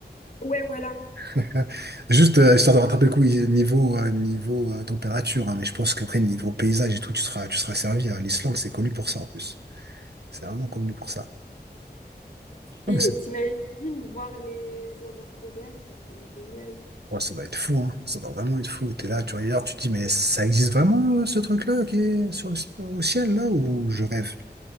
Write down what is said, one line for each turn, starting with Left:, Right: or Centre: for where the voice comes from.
Left: Ouais, voilà.
Right: Euh, Juste, euh, histoire de rattraper le coup, il- niveau, euh, niveau euh, température, hein, mais je pense qu'après, niveau paysage et tout, tu seras, tu seras servi. hein. L'Islande, c'est connu pour ça en plus. C'est vraiment connu pour ça. Ah,
Left: Et
Right: mais c'est,
Left: t'imagines voir les aurores boréales, ce serait génial.
Right: ouais, ça doit être fou, hein. Ça doit vraiment être fou. T'es là, tu regardes, tu te dis, mais ça existe vraiment, euh, ce truc-là, qui est sur le, au ciel, là, ou je rêve?